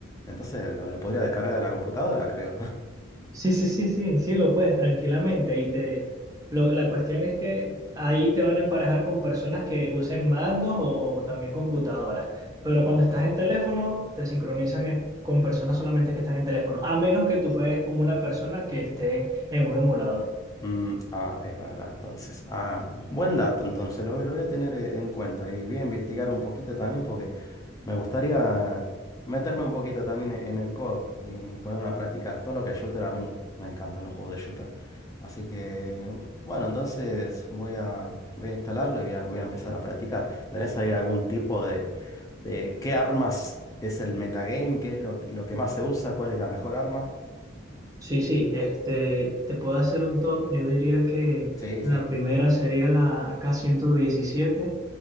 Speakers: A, on the left; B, on the right.
A: Entonces lo, lo podría descargar de la computadora, creo. <laughs>
B: Sí, sí, sí, sí, sí, lo puedes tranquilamente y te lo- la cuestión es que ahí te van a emparejar con personas que usen mandos o, o también computadoras, pero cuando
A: Ujú.
B: estás en teléfono te sincronizan es con personas solamente que están en teléfono, a menos que tú juegues con una persona que esté en un emulador.
A: Mm, ah, es verdad, entonces. Ah, buen dato, entonces lo, lo voy a tener eh, en cuenta y voy a investigar un poquito también porque... Me gustaría meterme un poquito también en en el codo y ponerme a practicar. Todo lo que es shooter, a mí me encantan los juegos de shooter. Así que, bueno, entonces voy a, voy a instalarlo y voy a, voy a empezar a practicar. ¿Tenés ahí algún tipo de, de qué armas es el metagame? ¿Qué es lo, lo que más se usa? ¿Cuál es la mejor arma?
B: Sí, sí, este, te puedo hacer un top, yo diría que
A: Sí,
B: la
A: sí.
B: primera sería la A K ciento diecisiete